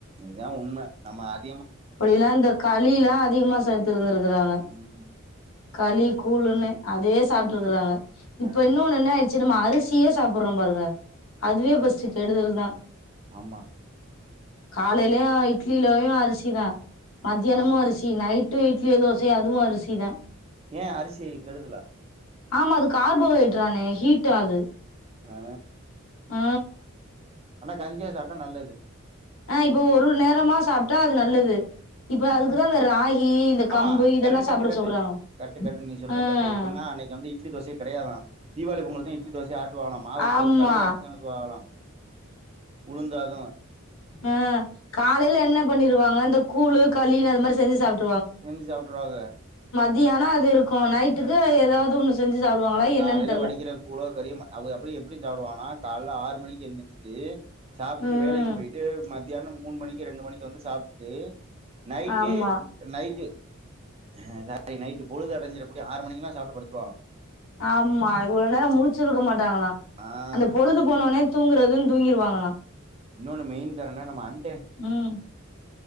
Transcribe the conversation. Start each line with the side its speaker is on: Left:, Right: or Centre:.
Right: இதா உண்ம நம்மாத்
Left: அப்டிலா இந்த களிலா அதிகமா சேர்த்துருந்திருக்கறாங்க
Right: ம்
Left: களி கூளுன்னு அதே சாப்ட்ருக்குறாங்க இப்ப
Right: ஆ
Left: இன்னொன்னு என்ன ஆய்டுச்சு நம்ம அரிஸ் சியே சாப்பறோ பாருங்க அதுவே
Right: ஆ
Left: ஃபஸ்ட் கெடுதல் தா
Right: ஆமா
Left: காலலயே ஆய் இட்லிலயு அரிசி தா மத்தியானமு
Right: ஆமா
Left: அரிசி நைட் டு இட்லியோ தோசையா அதுவு அரிசி தா
Right: ஏ அரிசி கெடுதலா
Left: ஆமா அது கார்போஹைட்ரானே ஹீட்டா அது
Right: ஆ
Left: ஆ
Right: ஆனா கஞ்சியா சாப்ட்டா நல்லது
Left: ஆ இப்போ ஒரு ஒரு நேரமா சாப்ட்டா அது நல்லது
Right: ஆ
Left: இப்ப அதுக்குதா இந்த ராகி இந்த
Right: ஆமா
Left: கம்பு இதெல்லா
Right: கரெக்ட் கரெக்ட்
Left: சாப்புட
Right: கரெக்ட்
Left: சொல்றாங்க
Right: கரெக்ட் கரெக்ட் நீ சொல்ற
Left: ம்
Right: கரெக்ட் எப்டின்னா அன்னைக்கு வந்து இட்லி தோசயே கெடையாதா தீவாவளி பொங்கலுக்கு தா இட்லி தோசையை ஆட்டுவாகலா மாவு
Left: ஆமா
Right: அது கடெய்ல ஆட்டி தா வருவாகலா உளுந்தாத
Left: அ காலயில என்ன பண்ணிருவாங்க இந்த கூழு களினு அது மாரி செஞ்சு சாப்டு
Right: செஞ்சு சாப்ட்ருவாக
Left: தியானா அது இருக்கு நைட்டுக்கு அது எதாவது ஒண்ணு செஞ்சு சாப்டுவாங்களா
Right: அது காலைல
Left: என்னன்னு தெர்ல
Right: வடிக்கிற கூழோ களியோ ம் அவுக அப்டி எப்டி சாப்டுவாங்கனா கால்ல ஆறு மணிக்கி எந்திரிச்சுட்டு சாப்ட்டுட்டு
Left: ம்
Right: வேலக்கு பேய்ட்டு மத் மத்யானோ மூணு மணிக்கு ரெண்டு மணிக்கு வந்து சாப்ட்டுட்டு நைட்டு
Left: ஆமா
Right: நைட்டு ஆ சரி நைட்டு பொழுது அடஞ்சரக்குள்ளயு ஆறு மணிக்கல்லா சாப்ட்டு படுத்துருவாகளா
Left: ஆமா இவ்ளோ நேரோ முழிச்சிருக்க மா ட்டாங்களா
Right: ஆ
Left: அந்த பொழுது போனவுன்னே தூங்கறதுன்னு தூங்கிருவாங்களா
Right: இன்னொன்னு மெயின் காரணோ நம்ம அன்
Left: ம்